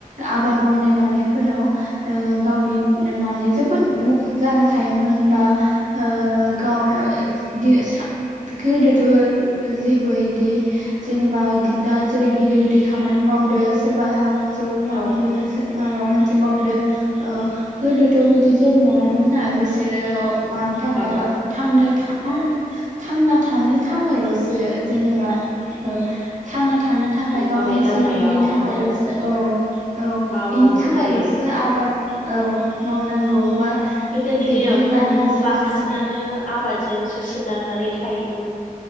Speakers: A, on the right; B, on the left.
A: आबाद मावनाय मानायफोराव ओ गावनि लोंनानै जोबोद मुखुब जाना थायोमोन बा आ गाव <unintelligible> बिदि सा गोदोथ जेबो इदि जेनेबा दा जेरै गिदिर दि खामानि मावदोंस सोरबा हा जब मावदो
B: औ
A: सो माबा मोन थि मावदो ओ गोदोथ बिदि जेबो नङामोन ना बिसोर <unintelligible> मानि थाखायबा
B: औ
A: थांनो था आं थांना थानो थाखायलसो जेनेबा ओ थांना थानो थाख <unintelligible> गावनि
B: मावनाय दांनायाव
A: जिउनि थाखायलसो
B: औ
A: औ <unintelligible> औ
B: मावोमोन
A: बेनि थाखायलसो
B: जाहैबाय
A: आबाद औ मावनांगौ बा
B: गोदोनि
A: बिदि
B: दिनावथ
A: होननानै बिसोरो
B: बांसिनानो
A: सानोमोन
B: आबादजोंसो सोनारनानै थायोमोन।